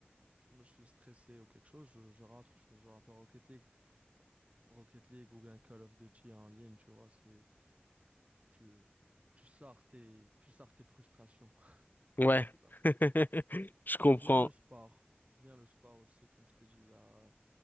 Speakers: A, on the right; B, on the left.
A: je me suis stressé ou quelque chose, je, je rentre, je joue un peu à Rocket League, Rocket League ou bien Call of Duty en ligne, tu vois, c'est. tu, tu sors tes, tu sors tes frustrations. <laughs> C'est
B: Ouais,
A: juste ça pour.
B: <laughs> je comprends.
A: Ou bien le sport. Ou bien le sport aussi, comme je t'ai dit là.